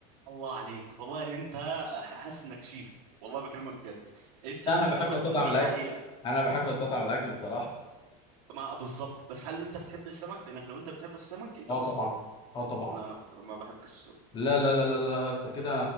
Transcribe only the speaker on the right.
الله عليك والله انت ح- حاسس انك شيف والله بكلمك بجد انت
اللي انت
قلته
دي
حقيقة
ما بالظبط بس هل انت بتحب السمك لانك لو انت بتحب السمك انت
مش
صاحبي
لا انا بك... ما بحبش السمك